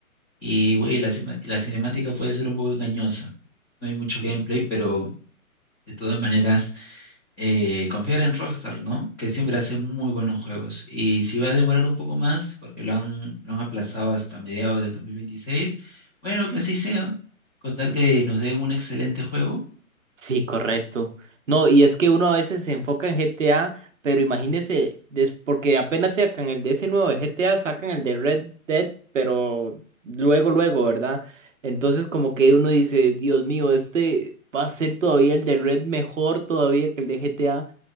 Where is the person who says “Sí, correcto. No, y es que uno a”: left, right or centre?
Right